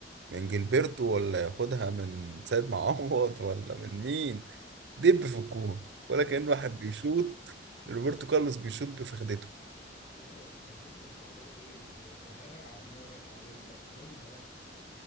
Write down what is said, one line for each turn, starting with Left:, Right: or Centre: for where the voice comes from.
Right: من جilberto ولا ياخدها من سيد معوض ولا من مين دب في الجون ولا
Left: اه
Right: كأن واحد بيشوط روبرتو كارلوس بيشوط بفخدته
Left: لا بس جilberto كان في العرضيه برضه ايه بيديها لك على دماغك على رجلك بداك بالمقاس